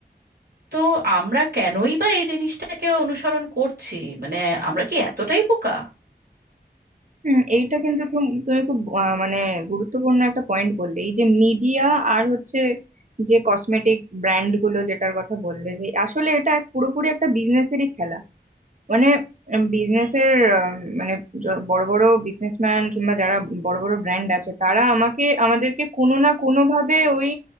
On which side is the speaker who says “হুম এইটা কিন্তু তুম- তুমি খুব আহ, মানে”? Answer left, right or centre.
Right